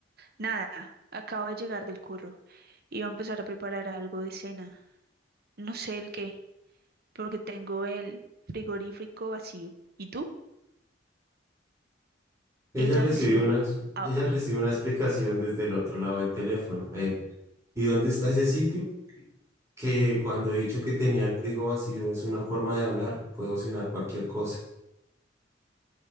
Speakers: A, on the right; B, on the right.
A: nada, acabo de llegar del curro. Iba a empezar a preparar algo de cena. No sé el qué, porque tengo el frigorífico vacío. ¿Y tú?
B: Ella
A: Ella
B: recibió
A: recién,
B: una, ex-
A: ah,
B: ella recibió una explicación desde el otro lado del teléfono, él. ¿Y dónde está ese sitio? Que cuando he dicho que tenía el frigo vacío es una forma de hablar, puedo cenar cualquier cosa.